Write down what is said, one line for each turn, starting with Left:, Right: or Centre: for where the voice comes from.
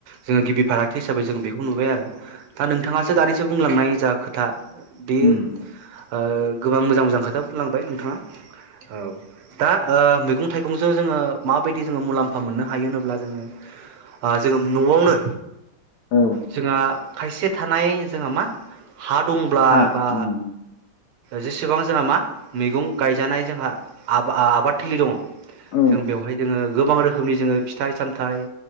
Right: जोङो गिबि फारागथि हिसाबै जों बेखौ नुबाय आरो दा नोंथाङासो दानिसो बुंलांनाय जा खोथा बे
Left: उम
Right: ओ गोबां मोजां मोजां खोथा बुंलांबाय नोंथाङा औ दा ओ मैगं थाइगंजों जोङो माबायदि जोङो मुलाम्फा मोन‍नो हायो होनोब्ला जोङो ओ जोङो न'आवनो
Left: औ
Right: जोंहा खायसे थानाय जोंहा मा हा दंब्ला
Left: हा
Right: बा
Left: उम
Right: जेसेबां जोंहा मा मैगं गायजानाय जोंहा आ आबाद थिलि दङ
Left: औ
Right: जों बेवहाय जोङो गोबां रोखोमनि जोङो फि फिथाइ सामथाइ